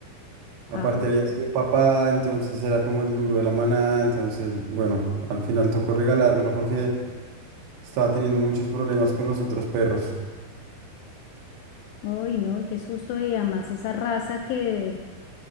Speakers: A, on the right; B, on the left.
A: Aparte
B: Ah,
A: había sido papá, entonces era como el duro de la manada, entonces, bueno, al final tocó regalarlo porque estaba teniendo muchos problemas con los otros perros.
B: ay, no, y qué susto. Y además esa raza que